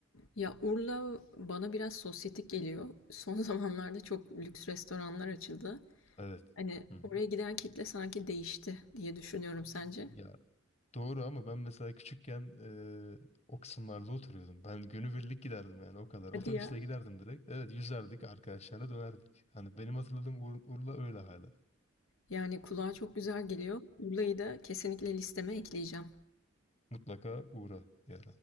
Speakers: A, on the left (about 80°); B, on the left (about 30°).
A: Ya Urla bana biraz sosyetik geliyor. Son <laughs> zamanlarda çok lüks restoranlar açıldı.
B: Evet.
A: Hani
B: Hı hı.
A: oraya giden kitle sanki değişti diye düşünüyorum sence?
B: Ya Doğru ama ben mesela küçükken eee, o kısımlarda oturuyordum. Ben günübirlik giderdim yani o kadar.
A: Hadi
B: Otobüsle
A: ya.
B: giderdim direkt. Evet yüzerdik arkadaşlarla dönerdik. Hani benim hatırladığım Uğur- Urla öyle hala.
A: Yani kulağa çok güzel geliyor. Urla'yı da kesinlikle listeme ekleyeceğim.
B: Mutlaka uğra diye.